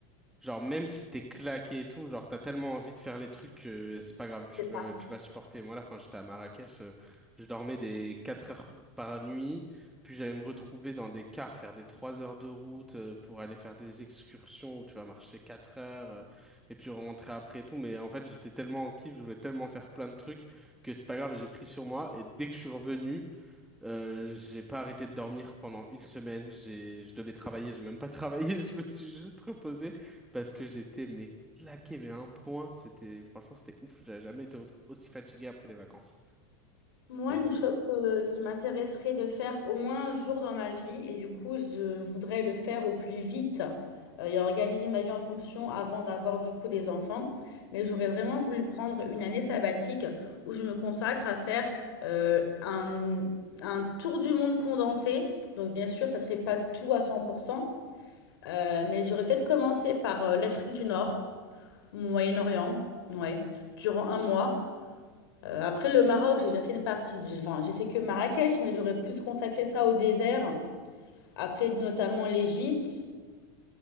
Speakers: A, in the centre; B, on the left.
A: Genre, même si t'es claqué et tout, genre, t'as tellement envie de faire les trucs que c'est pas grave, tu
B: C'est
A: veux,
B: ça.
A: tu vas supporter. Moi, là, quand j'étais à Marrakech, euh, je dormais des 4 heures par nuit, puis j'allais me retrouver dans des cars, faire des 3 heures de route euh, pour aller faire des excursions où tu vas marcher 4 heures, euh, et puis rentrer après et tout. Mais en fait, j'étais tellement en kiff, je voulais tellement faire plein de trucs que c'est pas grave, j'ai pris sur moi, et dès que je suis revenu, euh, j'ai pas arrêté de dormir pendant une semaine. J'ai, je devais travailler, j'ai même pas travaillé. <laughs> Je me suis juste reposé parce que j'étais mais claqué, mais à un point. C'était franchement, c'était ouf. J'avais jamais été au- aussi fatigué après des vacances.
B: Moi,
A: Mais
B: une
A: euh,
B: chose que- qui m'intéresserait de faire au moins un jour dans ma vie, et du coup, je voudrais le faire au plus vite euh, et organiser ma vie en fonction avant d'avoir du coup des enfants. Mais j'aurais vraiment voulu prendre une année sabbatique où je me consacre à faire euh, un, un tour du monde condensé. Donc, bien sûr, ça serait pas tout à 100%. Euh, mais j'aurais peut-être commencé par euh, l'Afrique du Nord, Moyen-Orient, ouais, durant un mois. Euh, après le Maroc, j'ai déjà fait une partie, j'ai- enfin, j'ai fait que Marrakech, mais j'aurais plus consacré ça au désert. Après, notamment l'Égypte,